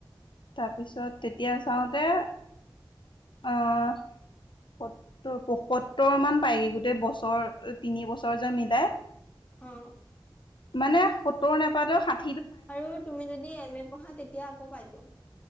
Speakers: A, on the left; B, on the left.
A: তাৰপিছত তেতিয়া চাওঁতে আহ। সত্তৰ পয়সত্তৰ মান পায়গৈ, গোটেই বছৰ তিনি বছৰ যে মিলাই।
B: অ'।
A: মানে সত্তৰ নাপালেও সাত
B: আৰু তুমি যদি এম এ পঢ়া তেতিয়া আকৌ পাই টো।